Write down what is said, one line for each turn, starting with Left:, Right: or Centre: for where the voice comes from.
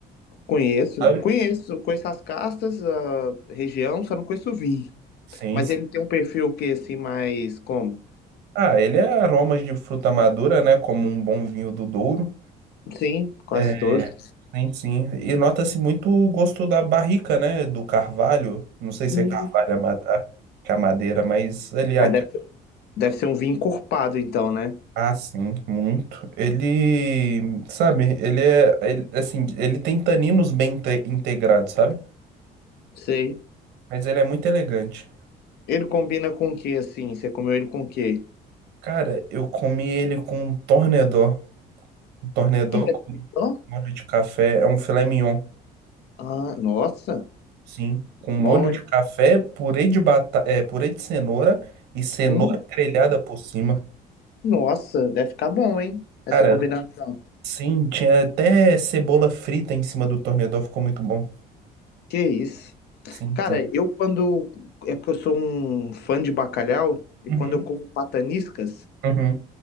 Left: Conheço.
Right: sabe?
Left: Conheço. Conheço as castas, a região, só não conheço o vinho.
Right: Sim,
Left: Mas
Right: sim.
Left: ele tem um perfil que assim, mais como?
Right: Ah, ele é aromas de fruta madura, né, como um bom vinho do Douro.
Left: Sim, quase
Right: É,
Left: todos.
Right: sim, sim. E nota-se muito o gosto da barrica, né, do carvalho. Não sei se
Left: Hum.
Right: é carvalho a ma- a- que é a madeira, mas ele é...
Left: É, deve ser um, deve ser um vinho encorpado, então, né?
Right: Ah, sim, muito. Ele, sabe, ele é, ele, assim, ele tem taninos bem inte- integrados, sabe?
Left: Sei.
Right: Mas ele é muito elegante.
Left: Ele combina com o que, assim? Você comeu ele com o quê?
Right: Cara, eu comi ele com um tornedó. Um tornedó
Left: Que que
Right: com
Left: é Torresó?
Right: molho de café. É um filé mignon,
Left: Ah, nossa.
Right: sim. Com molho
Left: Bom,
Right: de
Left: hein?
Right: café, purê de bata... é, purê de cenoura e cenoura
Left: Hum,
Right: grelhada por cima.
Left: nossa, deve ficar bom, hein? Essa
Right: Cara,
Left: combinação.
Right: sim, tinha até cebola frita em cima do tornedó, ficou muito bom.
Left: Que isso.
Right: Sim,
Left: Cara,
Right: sim.
Left: eu quando. É porque eu sou um fã de bacalhau, e
Right: Uhum,
Left: quando eu como pataniscas,
Right: uhum,